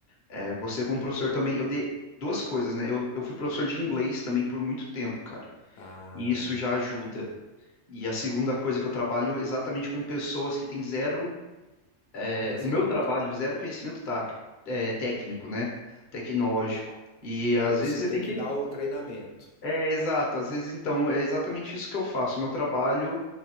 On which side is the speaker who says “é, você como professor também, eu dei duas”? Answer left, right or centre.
Left